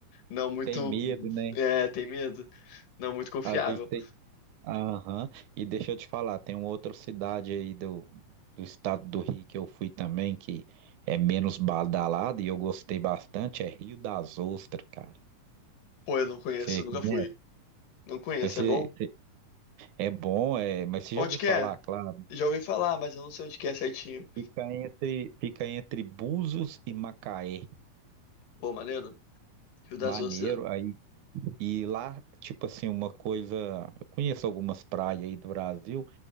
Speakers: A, on the left; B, on the right.
A: não muito,
B: tem medo, né?
A: é, tem medo, não muito confiável.
B: Às vezes tem. Aham. E deixa eu te falar, tem uma outra cidade aí do, do estado do Rio que eu fui também, que é menos badalada e eu gostei bastante, é Rio das Ostras, cara.
A: Pô, eu não conheço,
B: Você conhece?
A: nunca fui. Não conheço,
B: Mas você,
A: é bom?
B: você- é bom, é, mas você
A: Onde
B: já ouviu
A: que
B: falar,
A: é?
B: claro.
A: Já ouvi falar, mas eu não sei onde que é certinho.
B: Fica entre, fica entre Búzios e Macaé.
A: Pô, maneiro. Rio das
B: Maneiro
A: Ostras.
B: aí. E lá, tipo assim, uma coisa. Eu conheço algumas praias aí do Brasil.